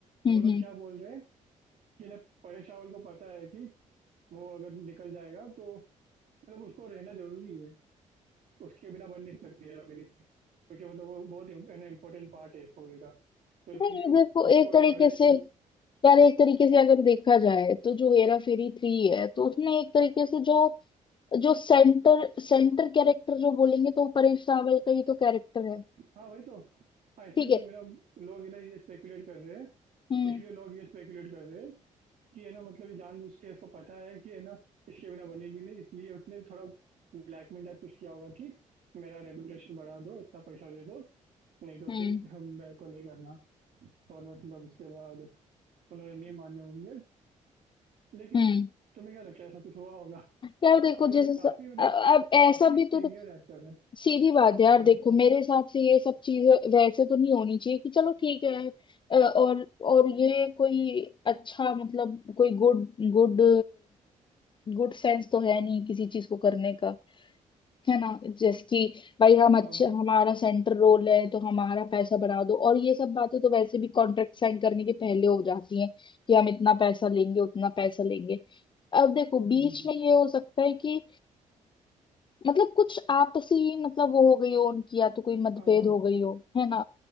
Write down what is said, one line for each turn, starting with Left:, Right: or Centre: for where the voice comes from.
Left: हम्म
Right: वो लोग
Left: हम्म
Right: क्या बोल रहे हैं कि ना परेश रावल को पता है कि वो अगर निकल जाएगा तो मतलब उसको रहना जरूरी है उसके बिना बन नहीं सकती हेरा फेरी थ्री क्योंकि मतलब वो बहुत इम्पोर्टेंट पार्ट है इस मूवी का तो इसलिए
Left: नहीं
Right: उस
Left: देखो
Right: उसको
Left: एक तरीके
Right: लेवरेज
Left: से
Right: कर
Left: यार एक तरीके से अगर देखा जाए तो जो हेरा फेरी थ्री है तो उसमें एक तरीके से जो जो सेंटर सेंटर कैरेक्टर जो बोलेंगे तो वो परेश रावल का ही तो कैरेक्टर है
Right: हाँ वही तो हाँ इसलिए
Left: ठीक
Right: मैं
Left: है
Right: मेरा लोग है ना ये स्पेकुलेट कर रहे हैं
Left: हम्म
Right: इसलिए लोग ये स्पेकुलेट कर रहे हैं कि है ना मतलब ये जानबूझ के उसको पता है कि है ना इसके बिना बनेगी नहीं इसलिए उसने थोड़ा ब्लैकमेल टाइप कुछ किया होगा कि मेरा रेपुटेशन बढ़ा दो इतना पैसा दे दो नहीं तो
Left: हम्म
Right: फिर हम- मेरे को नहीं करना और मतलब उसके बाद उन्होंने नहीं माने होंगे लेकिन
Left: हम्म
Right: तुम्हें क्या लगता है ऐसा कुछ हुआ होगा
Left: यार देखो
Right: ये मतलब
Left: जैसे
Right: काफ़ी
Left: स-
Right: मतलब
Left: अ- अब ऐसा
Right: काफ़ी
Left: भी
Right: सीनियर
Left: तो
Right: एक्टर है।
Left: सीधी बात है यार
Right: हाँ,
Left: देखो मेरे हिसाब से ये सब चीजें वैसे तो नहीं होनी चाहिए कि चलो ठीक है अ, और और ये कोई अच्छा मतलब कोई गुड गुड गुड सेंस तो है नहीं किसी चीज को करने का है ना जैसे कि भाई हम
Right: हाँ।
Left: अच्छे हमारा सेंटर रोल है तो हमारा पैसा बढ़ा दो और ये सब बातें तो वैसे भी कॉन्ट्रैक्ट साइन करने के पहले हो जाती हैं कि हम इतना पैसा लेंगे उतना पैसा लेंगे अब देखो बीच
Right: हुँ,
Left: में ये हो सकता है कि मतलब कुछ आपसी ही मतलब वो हो गई हो उनकी या तो कोई मतभेद
Right: हाँ, हाँ।
Left: हो गई हो है ना